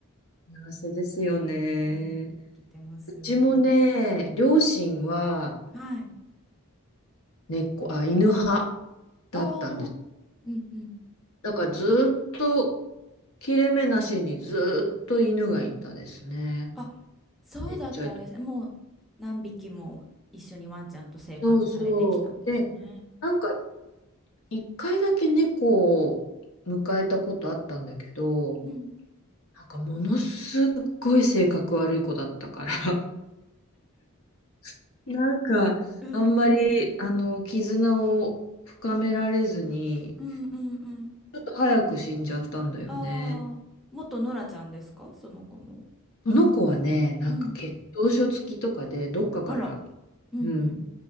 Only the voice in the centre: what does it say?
うん、<laughs> 生きてます。
はい。
ああ、うんうん。
あ、そうだったんです。
もう何匹も一緒にワンちゃんと生活されてきたんですね。
うん。
うん。うんうんうん。
ああ、元ノラちゃんですかその子も。
うん。
あら。うんうん。